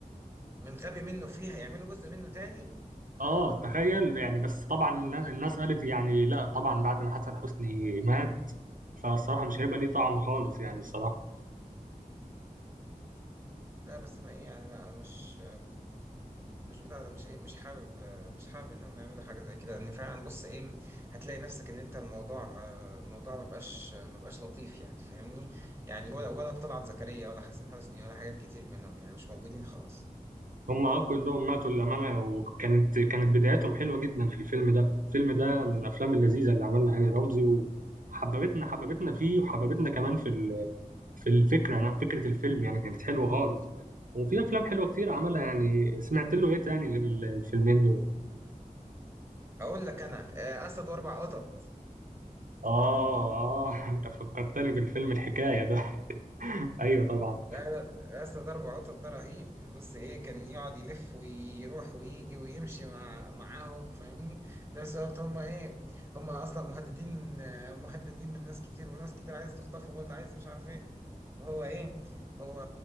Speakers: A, on the right; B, on the right.
A: من غبي منه فيه هيعملوا جزء منه تاني
B: اه تخيل يعني بس طبعا الناس الناس قالت يعني لا طبعا بعد ما حسن حسني مات فالصراحة مش هيبقى ليه طعم خالص يعني الصراحة
A: لا بس انا ايه يعني لا أنا مش مش بتاع ده مش ايه مش حابب مش حابب ان هم يعملوا حاجه زي كده ان فعلا بص ايه هتلاقي نفسك ان انت الموضوع الموضوع ما بقاش ما بقاش لطيف يعني فاهمني يعني ولا ولا طلعت زكريا ولا حسن حسني ولا حاجات كتير منهم يعني مش موجودين خلاص
B: هما كلهم ماتوا للأمانة وكانت كانت بداياتهم حلوة جدا في الفيلم ده الفيلم ده من الأفلام اللذيذة اللي عملها هاني رمزي وحببتنا حببتنا فيه وحببتنا كمان في ال- في الفكرة أنا فكرة الفيلم يعني كانت حلوة خالص وفي أفلام حلوة كتير عملها يعني سمعت له إيه تاني غير ال- الفيلمين دول
A: اقول لك انا آه، اسد واربع قطط
B: آه آه <laughs> أنت فكرتني بالفيلم الحكاية ده <laughs> أيوه طبعا
A: لا لا اصل ده ربع قطط ده رهيب بص ايه كان يقعد يلف ويروح ويجي ويمشي مع معاهم فاهمني في نفس الوقت هم ايه هم اصلا مهددين آه، مهددين من ناس كتير وناس كتير عايزه تخطفهم واللي عايز مش عارف ايه وهو ايه هو